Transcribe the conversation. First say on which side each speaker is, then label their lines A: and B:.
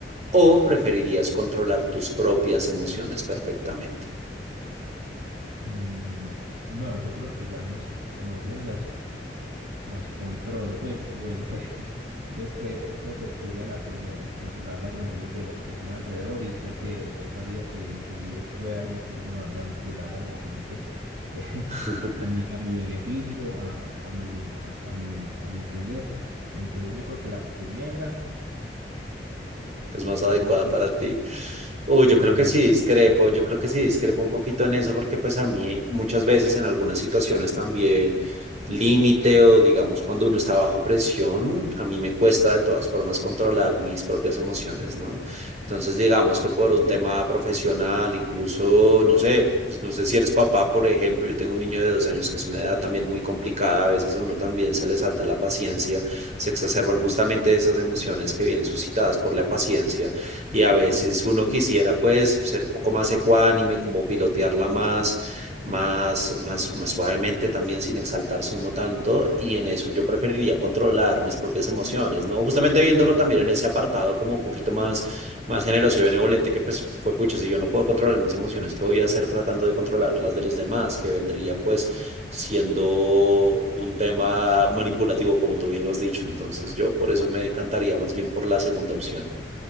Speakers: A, on the right; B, on the right.
A: o preferirías controlar tus propias emociones perfectamente?
B: Mm, no, yo creo que ya mis emociones las Las controlo, pues, o eso <laughs> creo. Entonces creo, creo que escogería la primera, controlar las emociones de las personas alrededor y creo que eso haría que inclusive pueda incluso ma- manipular a la gente <laughs> eh,
A: <laughs>
B: a mi, a mi beneficio, a, a mi, a, a mi, a mi entender. Entonces yo creo que la primera
A: es
B: utilizaría
A: más adecuada
B: eso
A: para
B: de pronto
A: ti.
B: mucho.
A: Uy,
B: Sí, utilizaría
A: yo creo que sí discrepo,
B: eso a mi a mi
A: yo
B: favor.
A: creo que sí discrepo un poquito en eso porque pues a mí muchas veces en algunas situaciones también límite o digamos cuando uno está bajo presión, a mí me cuesta de todas formas controlar mis propias emociones, ¿no? Entonces digamos
B: Sí,
A: que por un tema profesional, incluso, no sé, no sé si eres papá, por ejemplo, yo tengo un niño de dos años que es una edad también muy complicada, a veces a uno también se le salta la paciencia se exacerban justamente esas emociones que vienen suscitadas por la paciencia y a veces
B: sí,
A: uno quisiera pues ser un poco más ecuánime, como pilotearla más, más, más, más suavemente también sin exaltarse uno tanto y en eso yo preferiría controlar mis propias emociones, ¿no? Justamente viéndolo
B: sí.
A: también en ese apartado como un poquito más, más generoso y benevolente que pues fue pucha, si yo no puedo controlar mis emociones, ¿qué voy a hacer tratando de controlar las de los demás? Que vendría pues siendo un tema manipulativo, como tú bien lo has dicho. Entonces yo por eso
B: Ah,
A: me decantaría más bien por la segunda opción.